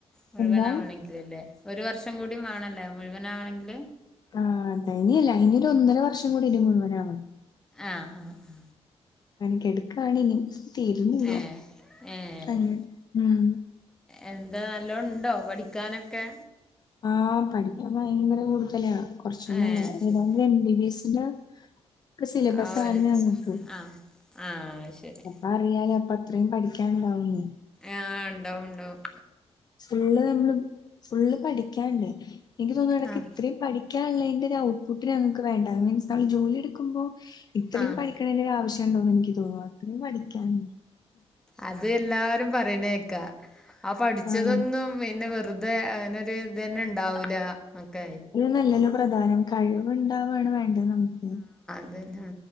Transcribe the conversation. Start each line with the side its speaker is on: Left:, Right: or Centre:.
Centre: മുഴുവൻ
Left: എന്താ
Centre: ആവണങ്കി അതല്ലേ ഒരു വർഷം കൂടി വേണല്ലേ മുഴുവനാണെങ്കിൽ
Left: ആഹ് ദനല്ല അനൊ ഒന്നര വർഷം കൂടി മുഴുവനാവണം
Centre: ആഹ് ആഹ് ആ
Left: എനിക്ക എടുക്കണും തീരുന്നില്ല
Centre: ആഹ് ഏഹ് ഏഹ്
Left: അങ്ങെ ഉം
Centre: എന്താ നല്ലോണ്ടോ പഠിക്കാനൊക്കെ
Left: ആഹ് പഠിക്കാൻ ഭയങ്കര കൂടുതലാ കുറച്ചൊന്നുംല്ല
Centre: ഏഹ് ശരി
Left: ഏതാങ്കും എം ബി ബി എസിന്റെ ഒക്കെ സിലബസാണ്
Centre: ആര്
Left: ഞങ്ങക്ക്
Centre: ആഹ് ആഹ് ശരി
Left: അപ്പ അറിയാലേ അപ്പ അത്രയും പഠിക്കനുണ്ടാവുന്നു
Centre: ആഹ് ഉണ്ടാവും ഉണ്ടാവും
Left: ഫുള്ള് നമ്മള് ഫുള്ള് പഠിക്കാണ്ട് എനിക്ക് തോന്നുന്നു ഇടക്ക്
Centre: ആഹ്
Left: ഇത്രയും പഠ ക്കാനുള്ള ലൈന്റെ ഔട്ട്ഫുട്ട് ഞങ്ങൾക്ക് വേണ്ട മീൻസ് നമ്മള് ജോലി എടുക്കുമോ ഇത്രയും
Centre: ആഹ്
Left: പഠിക്കണേന്റെ ഒരു ആവശ്യംണ്ടോന്ന് എനിക്ക് തോന്നുന്നു അത്രയും പഠിക്കൻ
Centre: അത് എല്ലാവരും പറയണേക്കാ ആ പഠിച്ചതൊന്നും
Left: ആഹ്
Centre: പിന്നെ വെറുതെ അങ്ങനെരു ഇതന്നെ ഉണ്ടാവൂല ഒക്കെ
Left: നല്ലല്ലോ പ്രധാനം കഴിവുണ്ടാവാണ് വേണ്ടത് നമുക്ക്
Centre: അതനെ